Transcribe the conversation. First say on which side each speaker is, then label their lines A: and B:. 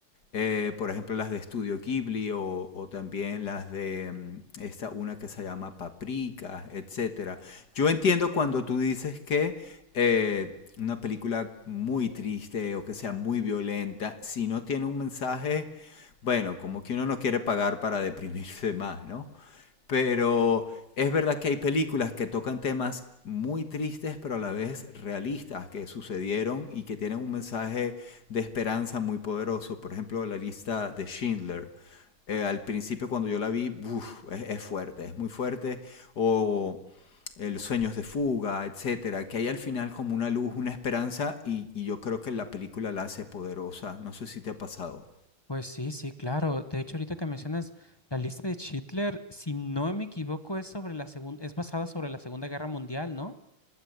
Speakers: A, on the left; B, on the left.
A: eh, por ejemplo, las de Studio Ghibli o, o también las de mm, esta una que se llama Paprika, etcétera. Yo entiendo cuando tú dices que eh, una película muy triste o que sea muy violenta, si no tiene un mensaje, bueno, como que uno no quiere pagar para deprimirse <laughs> más, ¿no? Pero es verdad que hay películas que tocan temas muy tristes, pero a la vez realistas, que sucedieron y que tienen un mensaje de esperanza muy poderoso. Por ejemplo, la lista de Schindler. Eh, al principio cuando yo la vi, uf, es, es, fuerte, es muy fuerte. O el Sueños de Fuga, etcétera, que hay al final como una luz, una esperanza, y, y yo creo que la película la hace poderosa. No sé si te ha pasado.
B: Pues sí, sí, claro. De hecho, ahorita que mencionas la lista de Hitler, si no me equivoco, es sobre la segunda, es basada sobre la Segunda Guerra Mundial, ¿no?